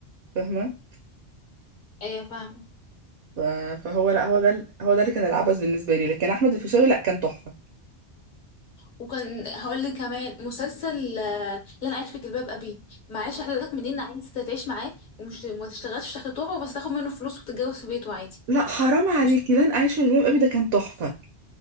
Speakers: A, on the right; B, on the left.
A: فاهمه
B: ايوه فاهمه
A: ف... فهو لا هو ده ال- هو ده اللي كان العبث بالنسبه لي لكن احمد الفيشاوي لا كان تحفه
B: وكان هقول لك كمان مسلسل آه، اللي انا عايش في جلباب ابي معيش حضرتك منين عايز تعيش معاه ومش ما تشتغلش تحت طوعه بس تاخد منه فلوس وتتجوز في بيته عادي
A: لا حرام عليكي
B: مش
A: لن اعيش في جلباب ابي ده كان تحفه